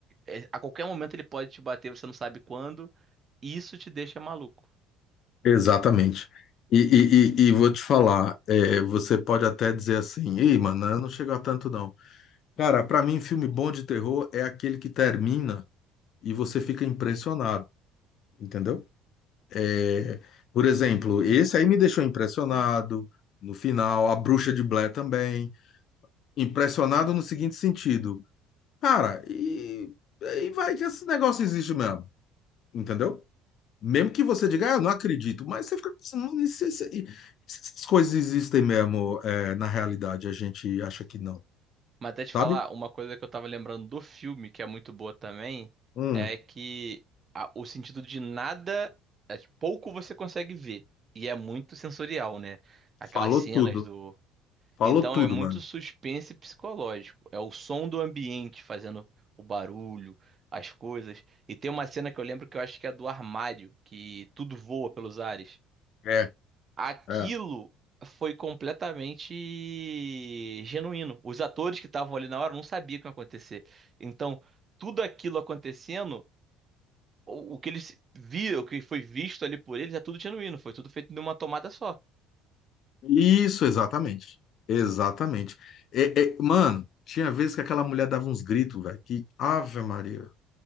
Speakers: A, on the right; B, on the left.
A: é, a qualquer momento ele pode te bater, você não sabe quando. Isso te deixa maluco.
B: exatamente. E, e, e, e vou te falar, é, você pode até dizer assim, ei, mano, eu não chego a tanto não. Cara, pra mim, filme bom de terror é aquele que termina e você fica impressionado, entendeu? É, por exemplo, esse aí me deixou impressionado no final, A Bruxa de Blair também. Impressionado no seguinte sentido, cara, e, e vai que esse negócio existe mesmo, entendeu? Mesmo que você diga, ah, eu não acredito, mas você fica pensando, "Mano, e se- se- e se essas coisas existem mesmo, é, na realidade, a gente acha que não,
A: Mas até te
B: sabe?
A: falar, uma coisa que eu tava lembrando do filme, que é muito boa também,
B: Hum,
A: é que a- o sentido de nada, é, tipo, pouco você consegue ver. E é muito sensorial, né? Aquelas
B: falou
A: cenas
B: tudo,
A: do.
B: falou
A: Então
B: tudo,
A: é muito
B: mano.
A: suspense psicológico. É o som do ambiente fazendo o barulho, as coisas. E tem uma cena que eu lembro que eu acho que é do armário, que tudo voa pelos ares.
B: É.
A: aquilo
B: É.
A: foi completamente genuíno. Os atores que estavam ali na hora não sabiam o que ia acontecer. Então, tudo aquilo acontecendo, o, o que eles viram, o que foi visto ali por eles, é tudo genuíno. Foi tudo feito numa tomada só.
B: Isso, exatamente. Exatamente. É, é, mano, tinha vezes que aquela mulher dava uns gritos, velho, que Ave Maria,